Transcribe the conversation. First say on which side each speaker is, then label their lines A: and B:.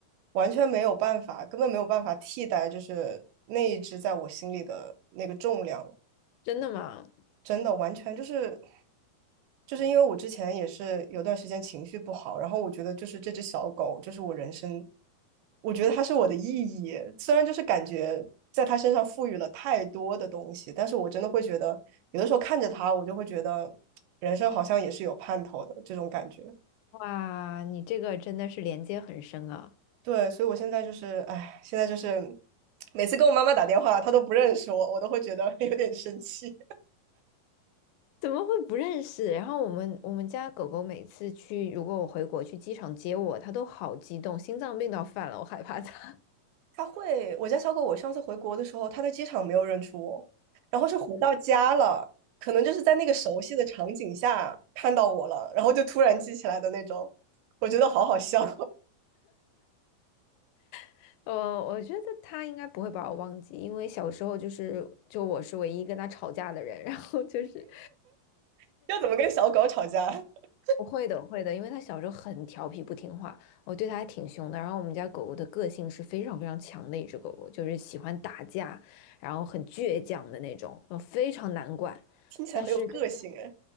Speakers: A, on the right (about 85°); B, on the left (about 85°).
A: 完全没有办法，根本没有办法替代就是那一只在我心里的那个重量。
B: 真的吗？
A: 真的完全就是就是因为我之前也是有段时间情绪不好，然后我觉得就是这只小狗就是我人生，我觉得它是我的意义，虽然就是感觉在它身上赋予了太多的东西，但是我真的会觉得有的时候看着它，我就会觉得人生好像也是有盼头的这种感觉。
B: 哇，你这个真的是连接很深啊。
A: 对，所以我现在就是，哎，现在就是每次跟我妈妈打电话，她都不认识我，我都会觉得 <laughs> 有点生气。
B: 怎么会不认识？然后我们我们家狗狗每次去，如果我回国去机场接我，它都好激动，心脏病都要犯了，我害怕它。
A: 它会，我家小狗，我上次回国的时候，它在机场没有认出我，然后是回到家了，可能就是在那个熟悉的场景下看到我了，然后就突然记起来的那种，我觉得好好笑，
B: <laughs> 呃，我觉得它应该不会把我忘记，因为小时候就是就我是唯一跟它吵架的人，然后就是。
A: <laughs> 要怎么跟小狗吵架？<laughs>
B: 我会的，我会的，因为它小时候很调皮不听话，我对它还挺凶的。然后我们家狗狗的个性是非常非常强的一只狗狗，就是喜欢打架，然后很倔强的那种，呃非常难管，
A: 听起来很有个性哎。
B: 但是就是